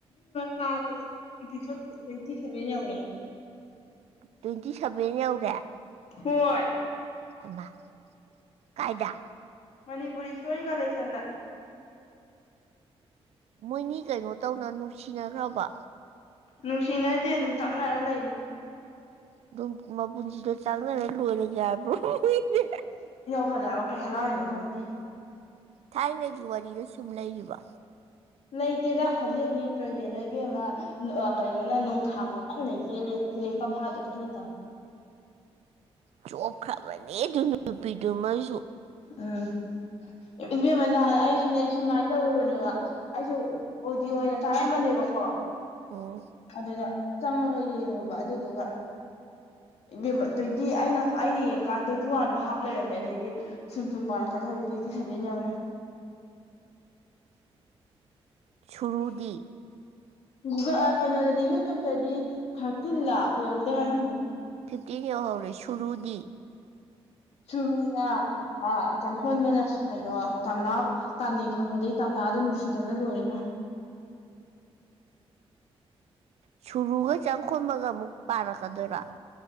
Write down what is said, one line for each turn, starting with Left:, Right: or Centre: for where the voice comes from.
Left: ꯄꯥꯕꯎ ꯑꯗꯨꯗꯤ ꯏꯄꯤꯁꯣꯠ ꯇꯣꯋꯦꯟꯇꯤ ꯁꯚꯦꯟ ꯌꯧꯔꯦ꯫
Right: ꯇꯣꯋꯦꯟꯇꯤ ꯁꯚꯦꯟ ꯌꯥꯧꯔꯦ꯫
Left: ꯍꯣꯏ
Right: ꯍꯩꯃ ꯀꯥꯏꯗ꯫
Left: ꯃꯅꯤꯄꯨꯔꯤ ꯏꯁꯇꯣꯔꯤ ꯀꯂꯦꯛꯁꯟꯗ꯫
Right: ꯃꯣꯏꯅꯤ ꯀꯩꯅꯣ ꯇꯧꯅ ꯅꯨꯡꯁꯤꯅꯈ꯭ꯔꯕꯣ꯫
Left: ꯅꯨꯡꯁꯤꯅꯗꯦ ꯑꯗꯨꯝ ꯆꯥꯛꯅꯔ ꯂꯩꯅꯤ꯫
Right: ꯑꯗꯨꯝ ꯃꯄꯨꯟꯁꯤꯗꯣ ꯆꯥꯡꯅꯔ ꯂꯣꯏꯔꯒꯦ ꯍꯥꯏꯕ꯭ꯔꯣ꯫ ꯃꯣꯏꯅꯤ
Left: ꯐꯂꯦꯕ ꯀꯩ ꯍꯔꯥꯎꯔꯤꯅꯣ ꯈꯪꯗꯦ꯫
Right: ꯊꯥꯏꯅꯒꯤ ꯋꯥꯔꯤꯗ ꯁꯨꯝ ꯂꯩꯔꯤꯕꯣ꯫
Left: ꯂꯩꯇꯦꯗ ꯍꯧꯖꯤꯛ ꯍꯧꯖꯤꯛ ꯄ꯭ꯔꯖꯦꯟꯗ ꯏꯕꯦꯝꯃ ꯑꯥ ꯀꯩꯅꯣꯅ ꯅꯣꯡꯊꯥꯡꯅ ꯀꯟꯅ ꯌꯦꯠꯂꯤ꯫ <unintelligible>
Right: ꯆꯣꯞꯈ꯭ꯔꯕꯅꯤ ꯗꯨ ꯄꯤꯗꯨ ꯃꯁꯨ꯫
Left: ꯎꯝ ꯏꯕꯦꯝꯃ ꯅꯍꯥꯟ ꯑꯩꯁꯨꯅꯦ ꯁꯨꯃꯥꯏꯅ ꯇꯧꯔꯨꯕꯅꯦꯕ ꯑꯩꯁꯨ ꯑꯣꯗꯤꯌꯣ ꯑꯣꯏꯅ ꯊꯥꯔꯝꯕꯅꯦꯕꯀꯣ
Right: ꯎꯝ
Left: ꯑꯗꯨꯗ ꯆꯪꯉꯒ ꯌꯦꯡꯉꯨꯕ ꯑꯗꯨꯗꯨꯒ ꯏꯕꯦꯝꯃ ꯇꯣꯋꯦꯟꯇꯤ ꯑꯩꯅ ꯑꯩꯅ ꯌꯦꯡꯀꯥꯟꯗ ꯇꯣꯋꯦꯟꯇꯤ ꯋꯥꯟꯕꯥꯎ ꯍꯥꯞ ꯂꯩꯔꯝꯃꯦ ꯑꯗꯩꯗꯤ ꯁꯨꯝ ꯁꯨꯝ ꯄꯥꯔꯛꯀꯗ ꯍꯧꯖꯤꯛ ꯇꯣꯋꯦꯟꯇꯤ ꯁꯚꯦꯟ ꯌꯧꯔꯦ꯫
Right: ꯁꯨꯔꯨꯗꯤ꯫
Left: ꯒꯨꯒꯜ ꯑꯥ ꯀꯩꯅꯣꯗꯗꯤ ꯌꯨꯇꯨꯞꯕꯇꯗꯤ ꯊꯥꯔꯇꯤꯟ ꯂꯥ ꯌꯧꯕꯗ ꯉꯥꯏꯈꯤꯅꯤ꯫
Right: ꯐꯤꯞꯇꯤꯟ ꯌꯧꯍꯧꯔꯦ ꯁꯨꯔꯨꯗꯤ꯫
Left: ꯁꯨꯔꯨꯅ ꯑꯥ ꯆꯪꯈꯣꯟꯕꯅ ꯀꯩꯅꯣ ꯇꯝꯅꯥ ꯇꯥꯅꯩ ꯈꯪꯕꯗꯒꯤ ꯇꯝꯅꯥꯗ ꯅꯨꯡꯁꯤꯗꯝꯅ ꯂꯣꯏꯔꯦ ꯏꯃꯥ꯫
Right: ꯁꯨꯔꯨꯒ ꯆꯪꯈꯣꯕꯒ ꯑꯃꯨꯛ ꯄꯥꯔꯛꯀꯗꯣꯏꯔꯥ꯫